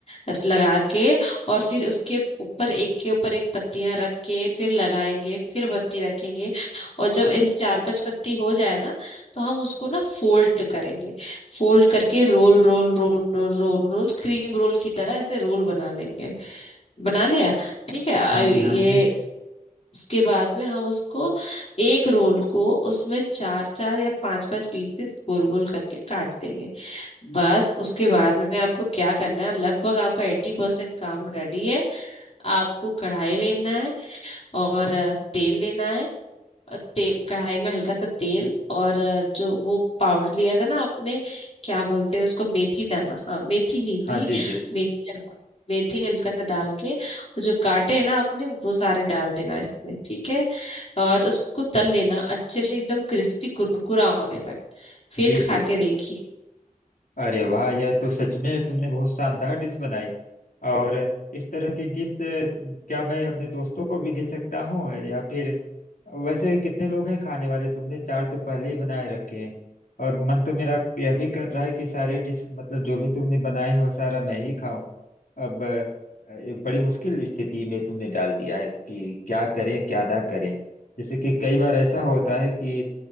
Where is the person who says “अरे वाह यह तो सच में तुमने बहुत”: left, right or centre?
Left